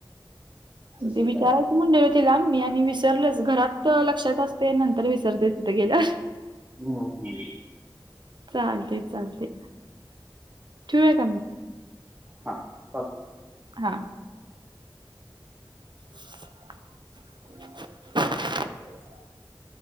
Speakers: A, on the right; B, on the right.
A: तसं
B: ते विचारायचं
A: काय
B: म्हणलेलं.... तीला मी आणि विसरलच घरात लक्षात असतय नंतर विसरतय तिथं गेल्यावर....
A: <unintelligible>
B: चालते चालते... ठेऊया का...
A: अ...
B: हा... <unintelligible>